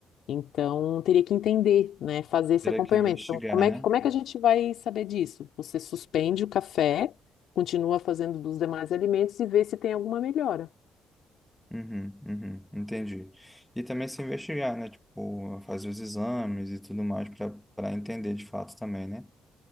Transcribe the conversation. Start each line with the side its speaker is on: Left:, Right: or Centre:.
Left: Então, teria que entender, né? Fazer esse
Centre: Teria
Left: acompanhamento.
Centre: que investigar,
Left: Então, como é
Centre: né?
Left: que, como é que a gente vai saber disso? Você suspende o café, continua fazendo dos demais alimentos e vê se tem alguma melhora.
Centre: Uhum, uhum, entendi. E também se investigar, né? Tipo, fazer os exames e tudo mais para para entender de fato também, né?